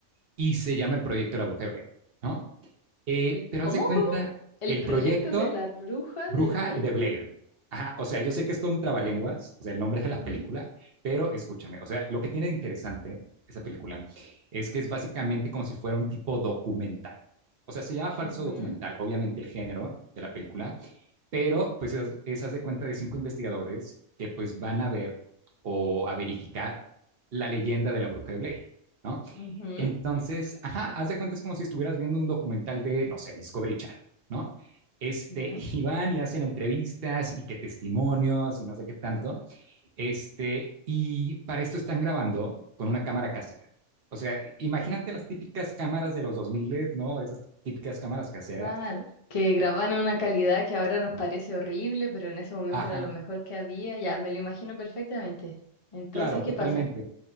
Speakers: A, on the right; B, on the left.
A: Y se llama El Proyecto de la Bruja de Blair, ¿no? Eh,
B: El,
A: pero
B: ¿cómo,
A: haz de cuenta,
B: cómo? ¿El
A: el
B: proyecto
A: proyecto
B: de la bruja
A: Bruja
B: de Blake?
A: de Blair. Ajá, o sea, yo sé que es todo un trabalenguas, o sea, el nombre de la
B: Ujú.
A: película, pero escúchame, o sea, lo que tiene de interesante esa película es que es básicamente como si fuera un tipo documental. O sea, se llama falso
B: Ujú,
A: documental, obviamente el género de la película, pero pues es, es haz de cuenta de cinco investigadores que pues van a ver o a verificar la leyenda de la bruja de Blair, ¿no?
B: ujú,
A: Entonces, ajá, haz de cuenta es como si estuvieras viendo un documental de, no sé, Discovery Channel, ¿no? Este,
B: Ya.
A: <laughs> y van y hacen entrevistas y que testimonios y no sé qué tanto. Este, y para esto están grabando con una cámara casera. O sea, imagínate las típicas cámaras de los 2000, ¿no? Esas típicas cámaras caseras.
B: Claro, que graban en una calidad que ahora nos parece horrible, pero en ese momento
A: Ajá,
B: era lo mejor que había, ya me lo imagino perfectamente. Entonces,
A: claro,
B: ¿qué
A: totalmente.
B: pasa?